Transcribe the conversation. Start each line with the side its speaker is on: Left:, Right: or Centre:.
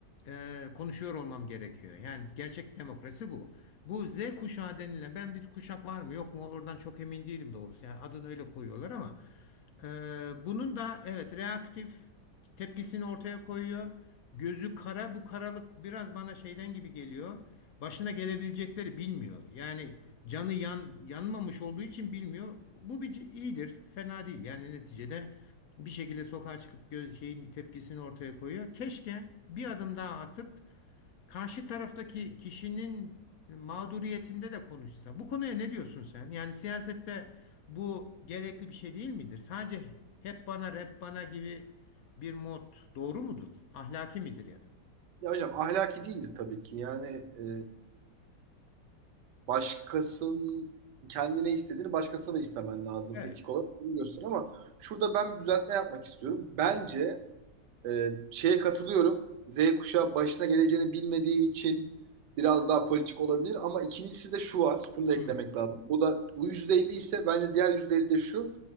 Left: e, konuşuyor olmam gerekiyor. Yani gerçek demokrasi bu. Bu Z kuşağı denilen ben bir kuşak var mı yok mu oradan çok emin değilim doğrusu. Yani adını öyle koyuyorlar ama ee, bunun da evet reaktif tepkisini ortaya koyuyor. Gözü kara bu karalık biraz bana şeyden gibi geliyor. Başına gelebilecekleri bilmiyor. Yani canı yan, yanmamış olduğu için bilmiyor. Bu bir c- iyidir, fena değil. Yani neticede bir şekilde sokağa çıkıp gö- şeyin tepkisini ortaya koyuyor. Keşke bir adım daha atıp karşı taraftaki kişinin mağduriyetinde de konuşsa. Bu konuya ne diyorsun sen? Yani siyasette bu gerekli bir şey değil midir? Sadece hep bana rap bana gibi bir mod doğru mudur? Ahlaki midir ya da?
Right: Ya hocam ahlaki değildir tabii ki. Yani e, başkasının kendine istediğini başkasına da istemen lazım
Left: Evet.
Right: etik olarak bunu göster ama şurada ben bir düzeltme yapmak istiyorum. Bence
Left: Tabii.
Right: e, şeye katılıyorum. Z kuşağı başına geleceğini bilmediği için biraz daha politik olabilir ama ikincisi de şu var. Şunu da
Left: Hmm,
Right: eklemek lazım. Bu da bu %50 ise bence diğer %50 de şu.